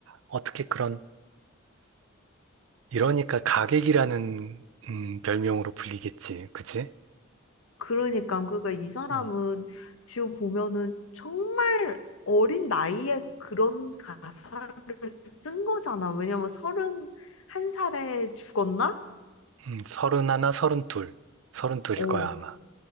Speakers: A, on the right; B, on the left.
A: 어떻게 그런 이러니까 가객이라는 음, 별명으로 불리겠지. 그치?
B: 그러니까. 그러니까 이 사람은
A: 어,
B: 지금 보면은 정말 어린 나이에 그런 가사 쓴 거잖아. 왜냐면 서른 한 살에 죽었나?
A: 음, 서른하나, 서른둘. 서른둘일
B: 어,
A: 거야, 아마.